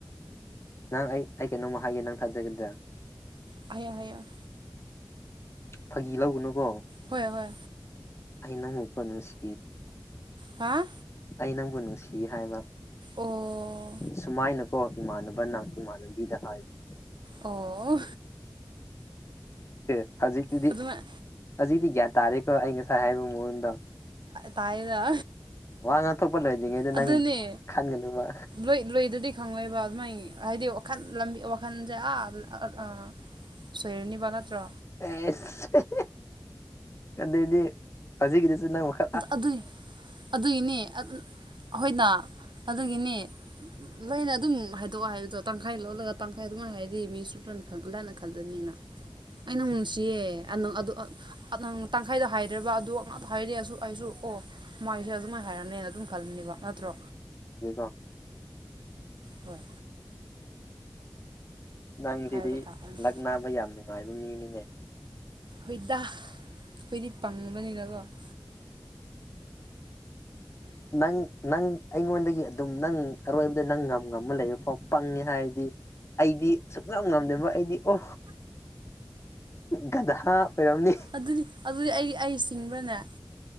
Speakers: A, on the left; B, on the right.
A: ꯅꯪ ꯑꯩ ꯑꯩ ꯀꯩꯅꯣꯃ ꯍꯥꯏꯒꯦ ꯅꯪ ꯊꯥꯖꯒꯗ꯭ꯔꯥ
B: ꯍꯥꯏꯌꯥ ꯍꯥꯏꯌꯦꯡ
A: ꯐꯥꯒꯤ ꯂꯧꯒꯅꯨ ꯀꯣ
B: ꯍꯣꯏ ꯍꯣꯏ
A: ꯑꯩ ꯅꯉꯛꯄ ꯅꯨꯡꯁꯤ
B: ꯍꯥꯥ
A: ꯑꯩ ꯅꯪꯕꯨ ꯅꯨꯡꯁꯤ ꯍꯥꯏꯕ
B: ꯑꯣ
A: ꯁꯨꯃꯥꯏꯅꯀꯣ ꯏꯃꯥꯟꯅꯕꯅ ꯏꯃꯥꯟꯅꯕꯤꯗ ꯍꯥꯏꯕꯅꯦ
B: ꯑꯣ
A: ꯑꯦ ꯍꯧꯖꯤꯛꯇꯨꯗꯤ
B: ꯑꯗꯨꯃꯥꯏ
A: ꯍꯧꯖꯤꯛꯇꯤ ꯒ꯭ꯌꯥꯟ ꯇꯥꯔꯦꯀꯣ ꯑꯩ ꯉꯁꯥꯏ ꯍꯥꯏꯔꯤꯕ ꯃꯑꯣꯣꯟꯗ
B: ꯇꯥꯏꯔ
A: ꯉꯥꯡꯊꯣꯛꯄ ꯂꯣꯏꯗ꯭ꯔꯤꯉꯩꯗ ꯅꯪ
B: ꯑꯗꯨꯅꯦ
A: ꯈꯟꯒꯅꯨꯕ
B: ꯂꯣꯏ ꯂꯣꯏꯗꯗꯤ ꯈꯪꯉꯣꯏꯕ ꯑꯗꯨꯃꯥꯏꯅ ꯍꯥꯏꯗꯤ ꯋꯥꯈꯜ ꯂꯝꯕꯤ ꯋꯥꯈꯜꯁꯦ ꯑꯥ ꯁꯣꯏꯔꯅꯤꯕ ꯅꯠꯇ꯭ꯔꯣ
A: ꯑꯦꯁ ꯑꯗꯨꯏꯗꯤ ꯍꯧꯖꯤꯛꯀꯤꯗꯤꯁꯨ ꯅꯪ ꯃꯈ
B: ꯑꯗꯨꯏ ꯑꯗꯨꯒꯤꯅꯤ ꯑꯩꯈꯣꯏꯅ ꯑꯗꯨꯒꯤꯅꯤ ꯂꯣꯏꯅ ꯑꯗꯨꯝ ꯍꯥꯏꯗꯣꯛꯑꯣ ꯍꯥꯏꯕꯗꯣ ꯇꯪꯈꯥꯏ ꯂꯣꯜꯂꯒ ꯇꯪꯈꯥꯏ ꯑꯗꯨꯃꯥꯏ ꯍꯥꯏꯔꯗꯤ ꯃꯤ ꯁꯨꯞꯂꯅ <inaudible> ꯂꯅ ꯈꯟꯗꯅꯤꯅ <unintelligible> ꯑ ꯅꯪ ꯅꯨꯡꯁꯤꯌꯦ ꯅꯪ ꯑꯗꯨ ꯅꯪ ꯇꯪꯈꯥꯏꯗ ꯍꯥꯏꯗ꯭ꯔꯕ ꯑꯗꯨ ꯉꯥꯛꯇ ꯍꯥꯏꯔꯛꯑꯦ ꯑꯁꯨ ꯑꯩꯁꯨ ꯑꯣ ꯃꯥꯏꯁꯦ ꯑꯗꯨꯃꯥꯏꯅ ꯍꯥꯏꯔꯝꯅꯦꯅ ꯑꯗꯨꯝ ꯈꯜꯂꯅꯤꯀꯣ ꯅꯠꯇ꯭ꯔꯣ
A: ꯌꯦꯀꯣ
B: ꯍꯣꯏ
A: ꯅꯪꯁꯤꯗꯤ
B: ꯍꯥꯏꯕ ꯇꯥꯕꯅꯤ
A: ꯂꯛꯅꯥꯕ ꯌꯥꯝ ꯅꯨꯡꯉꯥꯏꯕ ꯃꯤꯅꯤꯅꯦ
B: ꯍꯣꯏꯗ ꯈꯣꯏꯗꯤ ꯄꯪꯕꯅꯤꯅꯀꯣ ꯎ <inaudible>
A: ꯅꯪ ꯅꯪ ꯑꯩꯉꯣꯟꯗꯒꯤ ꯑꯗꯨꯝ ꯅꯪ ꯑꯔꯣꯏꯕꯗ ꯅꯪ ꯉꯝ ꯉꯝꯃ ꯂꯩꯌ‌ꯦ ꯀ‌ꯣ ꯇꯪꯉꯦ ꯍꯥꯏꯔꯗꯤ ꯑꯩꯗꯤ ꯁꯨꯛꯉꯝ ꯉꯝꯗꯕ ꯑꯩꯗꯤ ꯑꯣ ꯒꯙꯥ ꯑꯣꯏꯔꯝꯅꯤ
B: ꯑꯗꯨꯗꯤ ꯑꯗꯨꯗꯤ ꯑꯩꯗꯤ ꯑꯩ ꯁꯤꯡꯕ꯭ꯔꯅꯦ